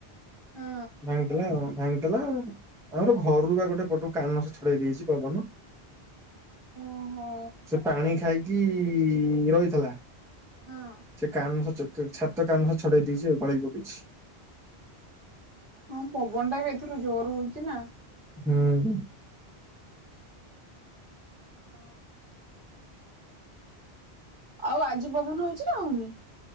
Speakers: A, on the right; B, in the centre.
A: ହଁ
B: ଭାଙ୍ଗି ଦେଲା ଆଉ। ଭାଙ୍ଗି ହେଲା ଆମର ଘରୁ ବା ଗୋଟେ ପଟୁ କାନସ ଛଡେଇ ଦେଇଛି ପବନ।
A: ଓହୋ
B: ସେ ପାଣି ଖାଇକି ରହିଥିଲା।
A: ହଁ।
B: ସେ କାନ ଛାତ କାନ ଛଡେଇ ଦେଇଛି ଗଳେଇ ପକେଇଛି।
A: ହଁ ପବନ ଟା ବି ଏଥିରୁ ଜୋର ହଉଛି ନା।
B: ହୁଁ।
A: ହଁ। ଆଉ ଆଜି ପବନ ହଉଛି ନା ହଉନି?